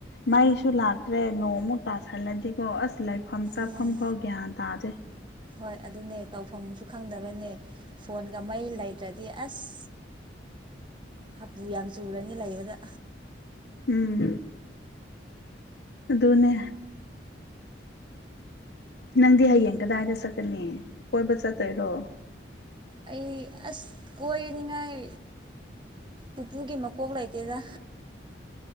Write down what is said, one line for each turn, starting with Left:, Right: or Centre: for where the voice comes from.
Left: ꯃꯩꯁꯨ ꯂꯥꯛꯇ꯭ꯔꯦ ꯅꯣꯡ ꯑꯃꯨꯛ ꯇꯥꯁꯜꯂꯗꯤꯀꯣ ꯑꯁ ꯂꯩ ꯐꯝ ꯆꯥꯐꯝ
Right: ꯎꯝ
Left: ꯐꯥꯎ ꯒ꯭ꯌꯥꯟ ꯇꯥꯗꯦ
Right: ꯍꯣꯏ ꯑꯗꯨꯅꯦ ꯇꯧꯐꯝꯁꯨ ꯈꯪꯗꯕꯅꯦ ꯐꯣꯟꯒ ꯃꯩ ꯂꯩꯇ꯭ꯔꯗꯤ ꯑꯁ ꯍꯥꯄꯨ ꯌꯥꯝ ꯆꯨꯔꯅꯤ ꯂꯩꯕꯗ
Left: ꯎꯝ ꯑꯗꯨꯅꯦ ꯅꯪꯗꯤ ꯍꯌꯦꯡ ꯀꯗꯥꯏꯗ ꯆꯠꯀꯅꯤ ꯀꯣꯏꯕ ꯆꯠꯇꯣꯏꯔꯣ
Right: ꯑꯩ ꯑꯁ ꯀꯣꯏꯅꯤꯉꯥꯏ ꯄꯨꯄꯨꯒꯤ ꯃꯀꯣꯛ ꯂꯩꯇꯦꯗꯥ